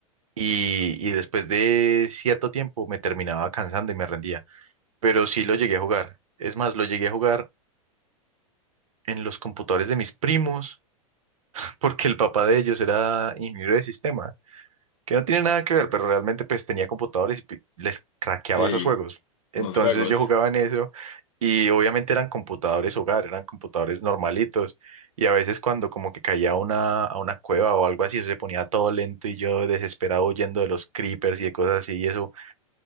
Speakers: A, on the right (about 70°); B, on the left (about 55°).
A: Y, y después de cierto tiempo me terminaba cansando y me rendía. Pero sí lo llegué a jugar. Es más, lo llegué a jugar en los computadores de mis primos, <laughs> porque el papá de ellos era ingeniero de sistemas, que no tiene nada que ver, pero realmente pues tenía computadores y pi- les craqueaba
B: Sí,
A: esos juegos. Entonces
B: los juegos.
A: yo jugaba en eso y obviamente eran computadores hogar, eran computadores normalitos y a veces cuando como que caía a una, a una cueva o algo así, eso se ponía todo lento y yo desesperado huyendo de los creepers y de cosas así y eso